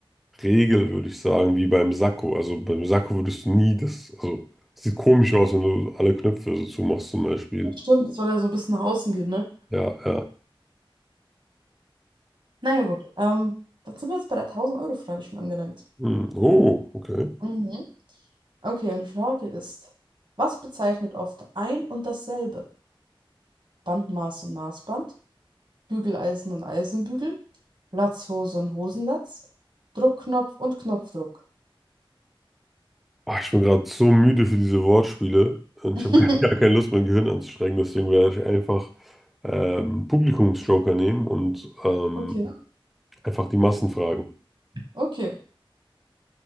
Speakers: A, in the centre; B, on the right.
A: Regel, würde ich sagen, wie beim Sakko. Also beim Sakko würdest du nie das, also es sieht komisch aus, wenn du alle Knöpfe so zumachst zum Beispiel.
B: das stimmt, das soll ja so ein bisschen nach außen gehen, ne?
A: Ja, ja.
B: Naja, gut. Ähm, dann sind wir jetzt bei der 1000-Euro-Frage schon angelangt.
A: Hm, oh, okay.
B: Mhm. Okay, und die Frage ist: Was bezeichnet oft ein und dasselbe? Bandmaß und Maßband, Bügeleisen und Eisenbügel, Latzhose und Hosenlatz, Druckknopf und Knopfdruck.
A: Ah, ich bin gerade so müde für diese Wortspiele und
B: <laughs>
A: ich habe <laughs> gar, gar keine Lust, mein Gehirn anzustrengen, deswegen werde ich einfach ähm, Publikumsjoker nehmen und ähm,
B: Okay.
A: einfach die Massen fragen.
B: Okay.